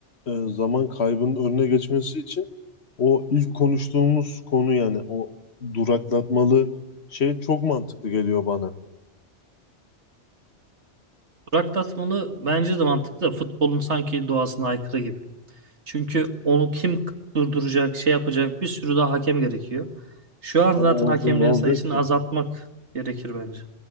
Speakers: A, on the left; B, on the right.
A: e, zaman kaybının önüne geçmesi için o ilk konuştuğumuz konu yani o duraklatmalı şey çok mantıklı geliyor bana.
B: Burak Tasman'ı bence de mantıklı da futbolun sanki doğasına aykırı gibi. Çünkü onu kim durduracak, şey yapacak bir sürü daha hakem gerekiyor. Şu an zaten
A: Ama olsun
B: hakemlerin
A: ne olacak
B: sayısını
A: ki?
B: azaltmak gerekir bence.